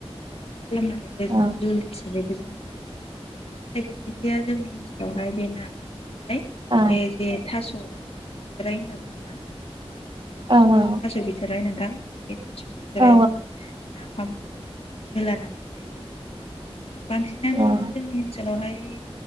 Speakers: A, on the left; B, on the right.
A: रोसि खालामनानैबो जोङो
B: ओं
A: जुलि हिसाबै जों जायो आरो था बेफोरबायदिया जोंनि ओनसोलावहाय बे ना <unintelligible> बहाय
B: अ
A: बे ए थास' थास' बिथोराइ होनना बुङोना
B: ओं औ
A: थास' बिथोराय नोंथां <unintelligible> थास' बिथोरायावबो
B: औ
A: ना फामखो <inaudible> होलानानै जायो आरो बांसिनानो
B: ओं ओं
A: जोंनि ओनसोलावहाय बि